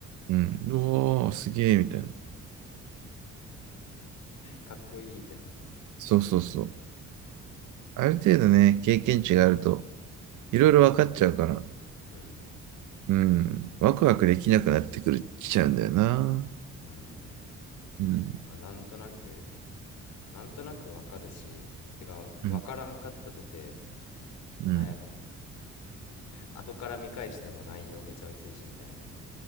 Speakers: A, on the right (about 80°); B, on the left (about 75°).
A: うん。うおー、すげー、みたいな。
B: かっこいいってな
A: そうそうそう。ある程度ね、経験値があると、いろいろ分かっちゃうから、
B: うん
A: うん。ワクワクできなくなってくる、きちゃうんだよな。
B: うん
A: うん。
B: まあなんとなくなんとなくわかるし、てか、
A: うん。
B: わからんかったとて、
A: うん。
B: なんやろ、後から見返しても内容めちゃ薄いしみたいな。